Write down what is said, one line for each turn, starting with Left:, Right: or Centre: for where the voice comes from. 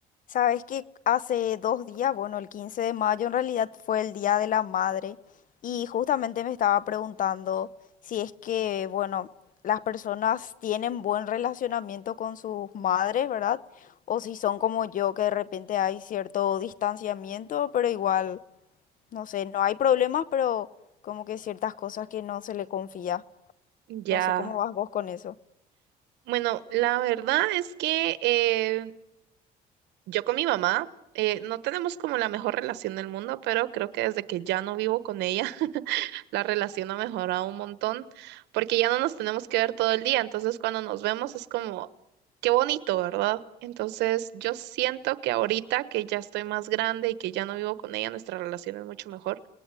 Left: Sabes que hace dos días, bueno, el 15 de mayo en realidad fue el Día de la Madre y justamente me estaba preguntando si es que, bueno, las personas tienen buen relacionamiento con sus madres, ¿verdad? O si son como yo, que de repente hay cierto distanciamiento, pero igual, no sé, no hay problemas, pero como que ciertas cosas que no se le confía.
Right: Ya.
Left: No sé cómo vas vos con eso.
Right: Bueno, la verdad es que eh, yo con mi mamá eh, no tenemos como la mejor relación del mundo, pero creo que desde que ya no vivo con ella, <laughs> la relación ha mejorado un montón, porque ya no nos tenemos que ver todo el día, entonces cuando nos vemos es como, qué bonito, ¿verdad? Entonces yo siento que ahorita que ya estoy más grande y que ya no vivo con ella, nuestra relación es mucho mejor